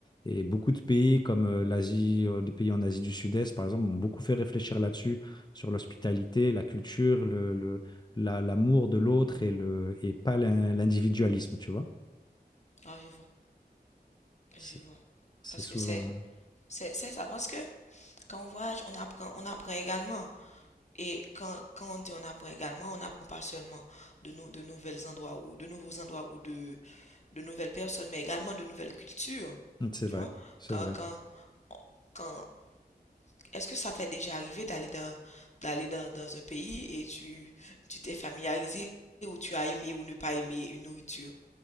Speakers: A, on the left; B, on the left.
A: et beaucoup de pays comme euh, l'Asie, euh, les pays en Asie du Sud-Est, par exemple, m'ont beaucoup fait réfléchir là-dessus, sur l'hospitalité, la culture, le, le- la- l'amour de l'autre et le, et pas l'in- l'individualisme, tu vois.
B: Ah, je vois,
A: C'est
B: je vois.
A: c'est
B: Parce
A: souvent,
B: que c'est, c'est, c'est ça, parce que Quand on voyage, on apprend, on apprend également. Et quand, quand on dit on apprend également, on n'apprend pas seulement de, nou- de nouvelles endroits ou de nouveaux endroits ou de, de nouvelles personnes, mais également de nouvelles cultures.
A: hein. c'est
B: Tu
A: vrai,
B: vois?
A: c'est
B: Quand,
A: vrai.
B: quand, quand, est-ce que ça t'est déjà arrivé d'aller dans, d'aller dans, dans un pays et tu, tu t'es familiarisé ou tu as aimé ou ne pas aimé une nourriture,